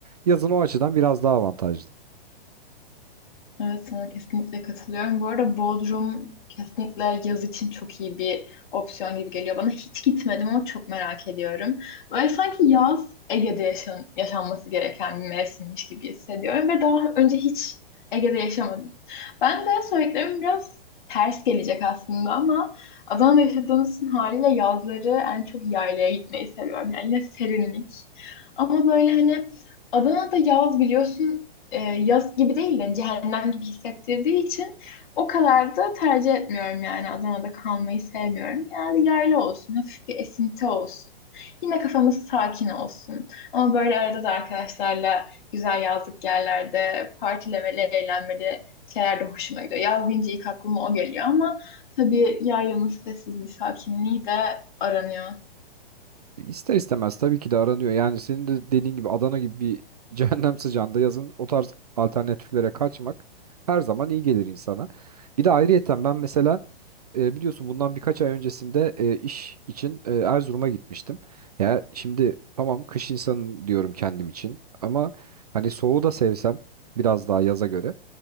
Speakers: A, on the right; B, on the left.
A: Yazın o açıdan biraz daha avantajlı.
B: Evet sana kesinlikle katılıyorum. Bu arada Bodrum kesinlikle yaz için çok iyi bir opsiyon gibi geliyor bana. Hiç gitmedim ama çok merak ediyorum. Böyle sanki yaz Ege'de yaşan yaşanması gereken bir mevsimmiş gibi hissediyorum ve daha önce hiç Ege'de yaşamadım. Ben de söylediklerim biraz ters gelecek aslında ama Adana'da yaşadığımız için haliyle yazları en çok yaylaya gitmeyi seviyorum. Yani yine serinlik. Ama böyle hani Adana'da yaz biliyorsun e, yaz gibi değil de hani cehennem gibi hissettirdiği için o kadar da tercih etmiyorum yani Adana'da kalmayı sevmiyorum. Yani yayla olsun, hafif bir esinti olsun. Yine kafamız sakin olsun. Ama böyle arada da arkadaşlarla güzel yazlık yerlerde partilemeli, eğlenmeli şeyler de hoşuma gidiyor. Yaz deyince ilk aklıma o geliyor ama tabii yaylanın sessizliği, sakinliği de aranıyor.
A: İster istemez tabii ki de aranıyor. Yani senin de dediğin gibi Adana gibi bir <laughs> cehennem sıcağında yazın o tarz alternatiflere kaçmak her zaman iyi gelir insana. Bir de ayrıyeten ben mesela e, biliyorsun bundan birkaç ay öncesinde e, iş için e, Erzurum'a gitmiştim. Ya şimdi tamam kış insanı diyorum kendim için ama hani soğuğu da sevsem biraz daha yaza göre.